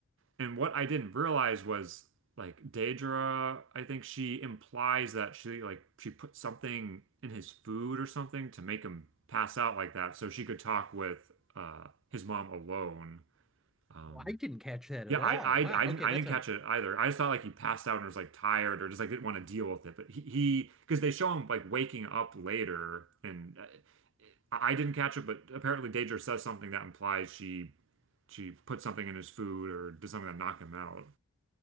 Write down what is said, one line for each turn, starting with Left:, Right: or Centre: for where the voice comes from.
Right: And what I didn't realize was like Daedra, I think she implies that she like she put something in his food or something to make him pass out like that so she could talk with uh his mom alone. Um
Centre: Oh, I didn't catch that
Right: yeah,
Centre: at
Right: I,
Centre: all.
Right: I,
Centre: Wow.
Right: I didn't,
Centre: Okay,
Right: I
Centre: that's
Right: didn't
Centre: a
Right: catch it either. I just thought like he passed out and was like tired or just like didn't want to deal with it. But he, he, because they show him like waking up later, and uh, I didn't catch it. But apparently, Daedra says something that implies she, she put something in his food or did something to knock him out.